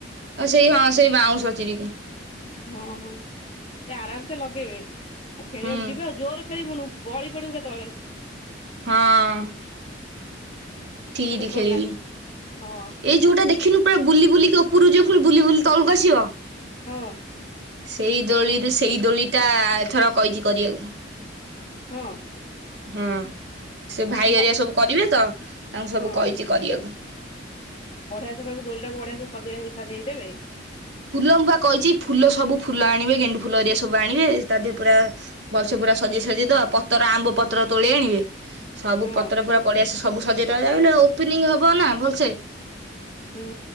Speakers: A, on the right; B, on the left.
A: ଆଉ ସେଇ ହଁ ସେଇ ବାଉଁଶ ଚିରି କି।
B: ହଁ ହଁ ସେ ଆରାମେସେ ଲଗେଇବେ ଖେଳିବାକୁ
A: ହୁଁ
B: ଯିବା ଜୋର ଖେଳିବୁନୁ। ଗଳି ପଡ଼ିବୁ କେତୋଳେ।
A: ହଁ। ଥିରି
B: ପୁଣି
A: ଖେଳିବି
B: ଗଲା ହଁ
A: ଏଇ ଯୋଉଟା ଦେଖିନୁ ପୁରା ବୁଲି ବୁଲିକି ଓପୁରୁ ଯିବ ପୁଣି ବୁଲି ବୁଲି ତଳକୁ ଆସିବ।
B: ହଁ।
A: ସେଇ ଦୋଳିରୁ ସେଇ ଦୋଳି ଟା ଏଥର କହିଚି କରିବାକୁ।
B: ହଁ
A: ହଁ ସେ
B: ଆରେ
A: ଭାଇ
B: ମ
A: ହେରିକା ସବୁ କରିବେ ତ ତାଙ୍କୁ ସବୁ
B: ହଁ
A: କହି କିଛି କରିବାକୁ।
B: ବଢିଆ ସେ କହକୁ ଦୋଳି ଟାକୁ ବଢିଆ ସେ ସଜେଇ ସଜେଇ ଦେବେ।
A: ଫୁଲ ମୁଁ ପା କହିଚି ଫୁଲ ସବୁ ଫୁଲ ଆଣିବେ ଗେଣ୍ଡୁ ଫୁଲ ହେରିକା ସବୁ ଆଣିବେ ତାଦିହ ପୁରା ଭଲସେ ପୁରା ସଜେଇ ସଜିଇ ଦବା ପତର ଆମ୍ବ ପତ୍ର ତୋଳି ଆଣିବେ। ସବୁ
B: ହଁ
A: ପତ୍ର ପୁରା ପଡିଆସେ ସବୁ ସଜେଇ ଦବା ଓପନିଂଙ୍ଗ୍ ହବ ନା ଭଲ
B: ହୁଁ